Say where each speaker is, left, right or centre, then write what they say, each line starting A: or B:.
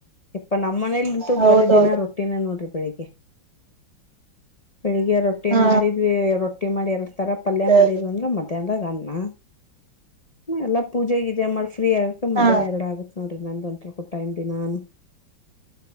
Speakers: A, on the left; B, on the right.
A: ಇಪ್ಪಾ ನಮ್ಮ್ ಮನೇಲಿ ನಿಂತರು
B: ಹೌದೌದು
A: ಬರೀ ದಿನ ರೊಟ್ಟಿನ ನೋಡ್ರಿ ಬೆಳಿಗ್ಗೆ. ಬೆಳಿಗ್ಗೆ ರೊಟ್ಟಿ
B: ಹಾ
A: ಮಾಡಿದ್ವಿ ರೊಟ್ಟಿ ಮಾಡಿ ಎರಡ್ ತರ ಪಲ್ಯ
B: ಅದೇ
A: ಮಾಡಿದ್ವಿ
B: ಅದೇ
A: ಅಂದ್ರ ಮಧ್ಯಾಹನದಾಗ ಅನ್ನ. ಹ್ಮ ಎಲ್ಲಾ ಪೂಜೆಗದೆ ಮಾಡ್. ಫ್ರೀ ಆಗಕ ಮಧ್ಯಾಹ್ನ
B: ಹಾ
A: ಎರಡು ಆಗುತ್ತತ್ ನೋಡ್ರಿ ನಂದು ಒಂಥರ ಕೊಟ್ಟ ಇಮ್ದಿ ನಾನು.